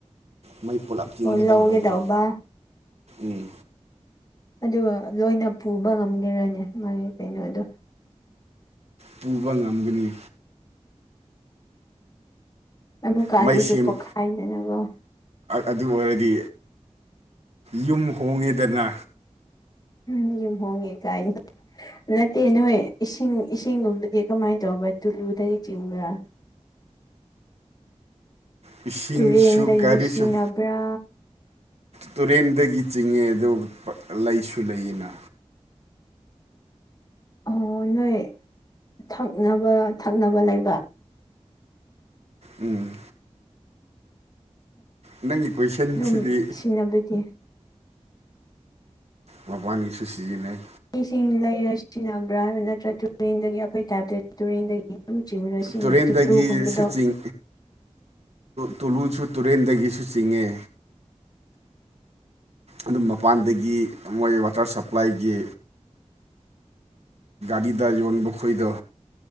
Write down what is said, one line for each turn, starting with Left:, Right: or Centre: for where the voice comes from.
Right: ꯃꯩ ꯄꯨꯂꯞ ꯆꯤꯡꯒꯗꯧꯕꯗꯨ
Left: ꯑꯣ ꯂꯧꯒꯦ ꯇꯧꯕ
Right: ꯎꯝ
Left: ꯑꯗꯨꯒ ꯂꯣꯏꯅ ꯄꯨꯕ ꯉꯝꯒꯔꯅꯤ ꯃꯥꯒꯤ ꯀꯩꯅꯣꯗꯣ
Right: ꯄꯨꯕ ꯉꯝꯒꯅꯤ
Left: ꯑꯃꯨꯛꯀꯥꯟꯖꯤꯦꯁꯨ
Right: ꯃꯩ ꯁꯦꯝ
Left: ꯄꯣꯛꯈꯥꯏꯗꯅꯅꯕ
Right: ꯑꯗꯨ ꯑꯣꯏꯔꯗꯤ ꯌꯨꯝ ꯍꯣꯡꯉꯦꯗꯅ
Left: ꯎꯝ ꯌ ꯍꯣꯡꯉꯦ ꯀꯥꯏ ꯅꯠꯇꯦ ꯅꯦ ꯏꯁꯤꯡ ꯏꯁꯤꯡꯒꯨꯝꯕꯗꯤ ꯀꯃꯥꯏꯅ ꯇꯧꯕ ꯇꯨꯂꯨꯗꯒꯤ ꯆꯤꯡꯕ꯭ꯔꯥ
Right: ꯏꯁꯤꯡꯁꯨ
Left: ꯇꯨꯔꯦꯟꯗꯒꯤ
Right: ꯀꯔꯤꯁꯨ
Left: ꯁꯤꯖꯤꯟꯅꯕ꯭ꯔꯥ
Right: ꯇꯨꯔꯦꯟꯗꯒꯤ ꯆꯤꯡꯉꯦ ꯑꯗꯨꯒ ꯂꯩꯁꯨ ꯂꯩꯌꯦꯅ
Left: ꯑꯣ ꯅꯣꯏ ꯊꯛꯅꯕ ꯊꯛꯅꯕ ꯂꯩꯕ
Right: ꯎꯝ ꯅꯪꯒꯤ ꯀꯣꯏꯁꯟꯁꯤꯗꯤ
Left: ꯑꯗꯨꯝ ꯁꯤꯟꯅꯅꯕꯗꯤ
Right: ꯃꯕꯥꯅꯤꯁꯨ ꯁꯤꯖꯤꯟꯅꯩ
Left: ꯏꯁꯤꯡ ꯂꯩꯔ ꯁꯤꯖꯤꯟꯅꯕ꯭ꯔꯥ ꯍꯥꯏꯕ ꯅꯠꯇ꯭ꯔꯒ ꯇꯨꯔꯦꯟꯗꯒꯤ ꯑꯩꯈꯣꯏ ꯇꯥꯏꯞꯇ ꯇꯨꯔꯦꯟꯗꯒꯤ ꯑꯗꯨꯝ ꯆꯤꯡꯔ ꯁꯤꯖꯤꯟꯅ
Right: ꯇꯨꯔꯦꯟꯗꯒꯤꯁꯨ
Left: ꯇꯨꯂꯨꯒꯨꯝꯕꯗꯣ
Right: ꯆꯤꯡ ꯇꯨꯂꯨꯁꯨ ꯇꯨꯔꯦꯟꯗꯒꯤꯁꯨ ꯆꯤꯡꯉꯦ ꯑꯗꯨꯝ ꯃꯄꯥꯟꯗꯒꯤ ꯃꯣꯏ ꯋꯥꯇꯔ ꯁꯄ꯭ꯂꯥꯏꯒꯤ ꯔꯤꯗ ꯌꯣꯟ ꯈꯣꯏꯗ